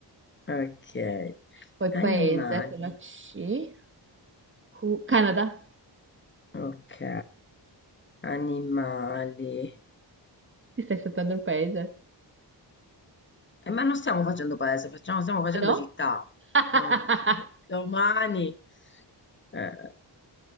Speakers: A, on the left; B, on the right.
A: Ok,
B: poi
A: animali,
B: paese, con la C, Q- Canada,
A: ok, animali.
B: ti stai saltando il paese,
A: Eh, ma non stiamo facendo paese, facciamo- stiamo facendo
B: ah no?
A: città,
B: <laughs>
A: no? <laughs> Domani. eh,